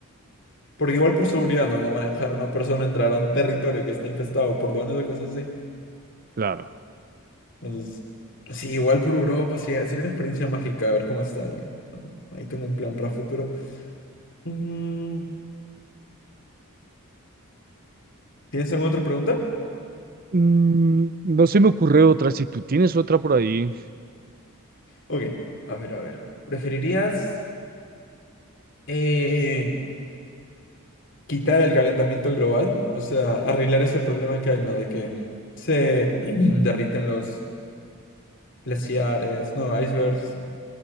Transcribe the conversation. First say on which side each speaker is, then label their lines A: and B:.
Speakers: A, on the left (about 60°); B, on the right (about 40°).
A: Porque igual por seguridad no, no van a dejar a una persona entrar a un territorio que está infestado por leones o cosas así.
B: claro.
A: Entonces, sí, igual por Europa, sí, sería una experiencia mágica, a ver cómo estaría. Bueno, ahí tengo un plan para futuro. Mm, ¿Tienes alguna otra pregunta?
B: Mm, no se me ocurre otra, si tú tienes otra por ahí.
A: Ok, a ver, a ver. ¿Preferirías eh, quitar el calentamiento global? O sea, arreglar ese problema que hay, ¿no? De que se <clears throat> derriten los glaciares, no, icebergs,